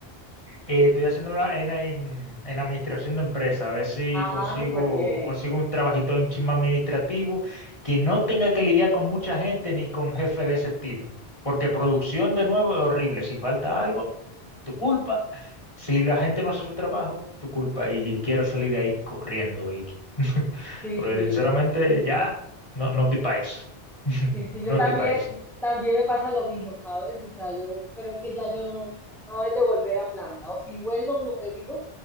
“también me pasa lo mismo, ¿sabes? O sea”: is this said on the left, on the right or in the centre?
Centre